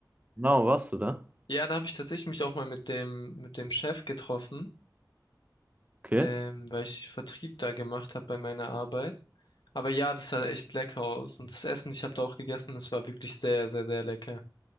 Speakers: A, on the right; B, on the left.
A: genau, warst du da?
B: Ja, da habe ich tatsächlich mich auch mal mit dem mit dem Chef getroffen,
A: Okay.
B: ähm, weil ich Vertrieb da gemacht habe bei meiner Arbeit. Aber ja, das sah echt lecker aus und das Essen, ich habe da auch gegessen, das war wirklich sehr, sehr, sehr lecker.